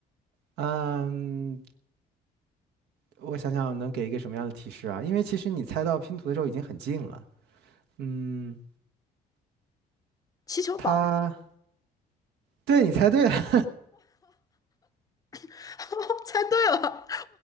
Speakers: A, on the right; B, on the left.
A: 嗯，我想想能给一个什么样的提示啊？因为其实你猜到拼图的时候已经很近了。嗯，
B: 气球板儿，
A: 它，对，你猜对了
B: <laughs> 猜对了。